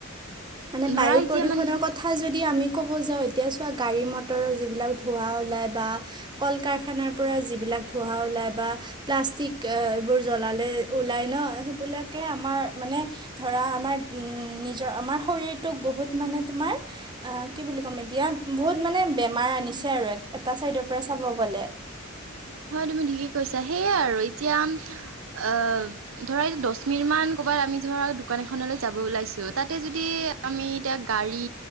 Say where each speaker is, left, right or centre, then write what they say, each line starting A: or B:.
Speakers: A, on the right; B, on the right.
A: মানে
B: ধৰা
A: বায়ু
B: এতিয়া
A: প্ৰদূৰষণৰ
B: মানে
A: কথা যদি যদি আমি ক'ব যাওঁ এতিয়া চোৱা গাড়ী মটৰৰ যিবিলাক ধোঁৱা ওলাই বা কল কাৰখানাৰ পৰা যিবিলাক ধোঁৱা ওলাই বা প্লাষ্টিক এইবোৰ জ্বলালে ওলাই ন সেইবিলাক আমাৰ মানে ধৰা আমাৰ নিজৰ আমাৰ শৰীৰ তোক বহুত মানে তোমাৰ অ কি বুলি ক'ম এতিয়া বহুত মানে বেমাৰ আনিছে আৰু এটা চাইডৰ পৰা চাব গলে
B: হয় তুমি থিকেই কৈছা সেইয়ে আৰু এতিয়া অ ধৰা দহ মিনিট মান কবাত আমি ধৰ দোকান এখনলৈ যাব ওলাইছো তাতে যদি আমি এতিয়া গাড়ী